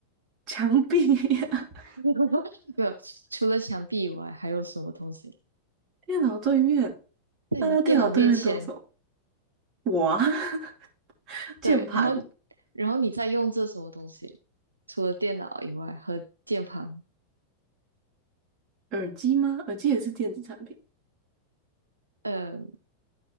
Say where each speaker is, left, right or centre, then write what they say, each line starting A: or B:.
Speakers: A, on the right; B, on the right.
A: 墙壁呀 <laughs>
B: <laughs> 没有，除了墙壁以外，还有什么东西？
A: 电脑对面，
B: 在你电脑面前，
A: 大家电脑对面都有什么？我啊。<laughs> 键盘、
B: 对，然后，然后你在用这什么东西？除了电脑以外和键盘，
A: 耳机吗？耳机也是电子产品。
B: 呃